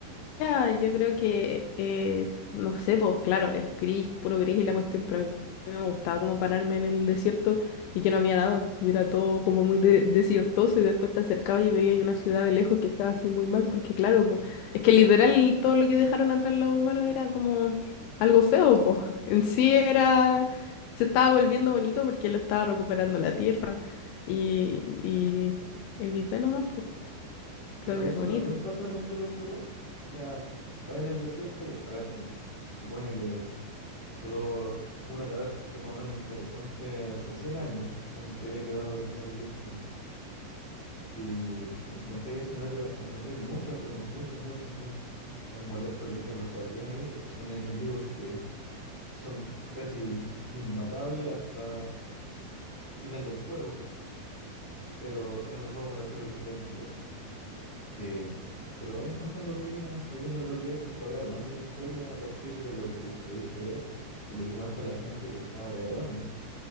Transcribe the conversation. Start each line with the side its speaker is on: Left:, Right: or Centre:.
Left: Ya, yo creo que, eh, no sé, pues claro, es gris, puro gris y la cuestión, pero a mí me gustaba como pararme en el desierto y que no había nada, y era todo como muy de- desiertoso y después te acercaba y veía ahí una ciudad de lejos que estaba así muy mal, porque claro, pues es que literal todo lo que dejaron atrás los humanos era como algo feo, pues <laughs> en sí era, se estaba volviendo bonito porque lo estaba recuperando la tierra y, y, y, XD nomás, pues creo
Right: Pero
Left: que
Right: eso
Left: es bonito.
Right: también pasa en el Breath of the Wild. O sea, va en el desierto y... A ver, el- se supone que quedó una catástrofe más o menos interesante hace 100 años cuando se había quedado dormido el Link. Y encontré escenario, encontré muchas ruinas, muchas, muchas, muchas. Es molesto que estén los guardianes ahí porque son enemigos que son casi inmatables hasta final del juego. Pero al final del juego me refiero a la historia principal. Eh, pero vais encontrando ruinas, vais viendo a lo lejos, te vais armando una historia a partir de lo que podéis ver y lo que cuenta la gente que está erróneo.